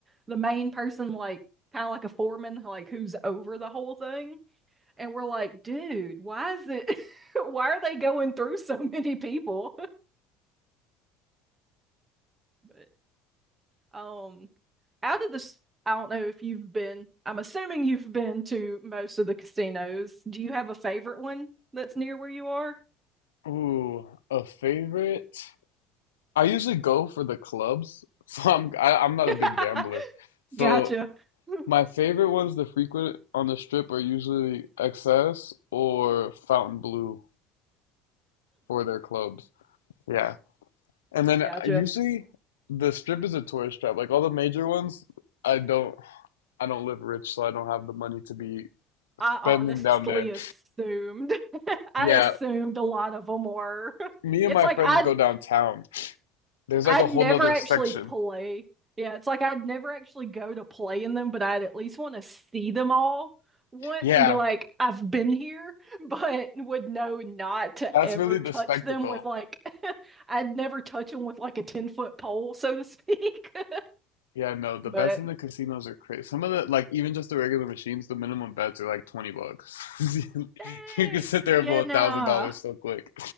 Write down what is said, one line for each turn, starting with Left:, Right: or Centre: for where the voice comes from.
Right: The main person, like kind of like a foreman, like who's over the whole thing. And we're like, dude, why is it, <laughs> why are they going through so many people? <laughs> Um, out of this, I don't know if you've been, I'm assuming you've been to most of the casinos. Do you have a favorite one that's near where you are?
Left: Ooh, a favorite. I usually go for the clubs, <laughs> so I'm I, I'm not
Right: <laughs>
Left: a big gambler. So
Right: Gotcha. Hmm,
Left: my favorite ones that frequent on the strip are usually XS or Fountain Blue for their clubs. Yeah, and then uh,
Right: Gotcha.
Left: usually the strip is a tourist trap. Like all the major ones, I don't I don't live rich, so I don't have the money to be
Right: I
Left: spending
Right: honestly
Left: down there.
Right: assumed. <laughs> I
Left: Yeah,
Right: assumed a lot of them were. <laughs>
Left: me and
Right: It's
Left: my
Right: like
Left: friends
Right: I
Left: go downtown. There's
Right: I'd
Left: like a whole
Right: never
Left: nother
Right: actually
Left: section.
Right: play. Yeah, it's like I'd never actually go to play in them, but I'd at least want to see them all once
Left: Yeah,
Right: and be like, I've been here, <laughs> but would know not to
Left: that's
Right: ever
Left: really the
Right: touch
Left: spectacle.
Right: them with like, <laughs> I'd never touch them with like a 10 foot pole, so to speak. <laughs>
Left: Yeah, no, the
Right: But
Left: bets in the casinos are crazy. Some of the like even just the regular machines, the minimum bets are like twenty bucks. <laughs>
Right: dang,
Left: you can sit there and
Right: yeah,
Left: blow a
Right: nah,
Left: thousand dollars so quick.